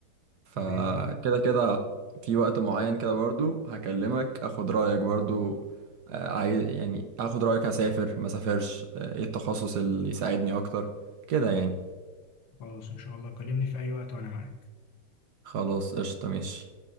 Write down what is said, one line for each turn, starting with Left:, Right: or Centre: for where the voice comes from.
Right: فكده
Left: حبيبي
Right: كده في وقت معين كده برضو هكلمك اخد رأيك برضو آه، عايز يعني اخد رأيك هسافر ما سافرش آه، ايه التخصص اللي يساعدني اكتر كده يعني
Left: خلاص ان شاء الله كلمني في اي وقت وانا معاك
Right: خلاص قشطة ماشي